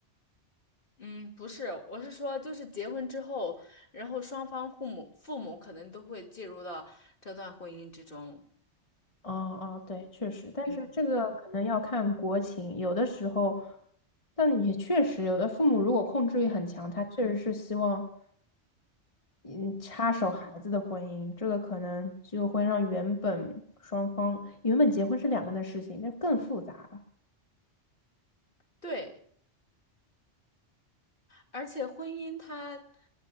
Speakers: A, on the left; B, on the left.
A: 嗯，不是，我是说，就是结婚之后，然后双方父母父母可能都会介入到这段婚姻之中。
B: 哦哦，对，确实，但是这个可能要看国情，
A: 嗯
B: 有的时候，但也确实，有的父母如果控制欲很强，
A: 嗯，
B: 他确实是希望嗯插手孩子的婚姻，这个可能就会让原本双方原本结婚是两个人的事情，那更复杂了。
A: 对，而且婚姻它，